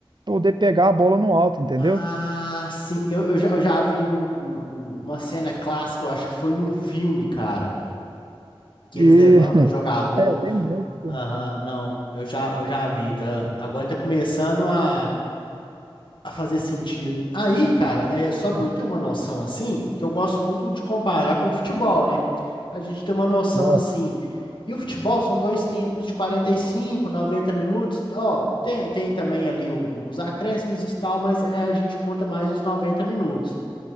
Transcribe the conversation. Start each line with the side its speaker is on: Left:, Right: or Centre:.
Right: poder pegar a bola no alto, entendeu?
Left: Ah, sim, eu, eu já, eu já vi um- um- um- uma cena clássica, eu acho que foi num filme, cara, que
Right: E
Left: eles levantam
Right: <laughs>
Left: o jogador.
Right: é, tem muito, tem
Left: Aham,
Right: muito.
Left: não, eu já, eu já vi, tá? Agora tá começando a, a fazer sentido. Aí, cara, é só pra
Right: Ah,
Left: eu ter uma noção assim, que eu gosto muito de comparar com o futebol, né? Pra gente ter uma noção
Right: certo.
Left: assim. E o futebol são dois tempos de 45, 90 minutos. Ó, tem, tem também ali o- os acréscimos e tal, mas é, a gente conta mais os 90 minutos.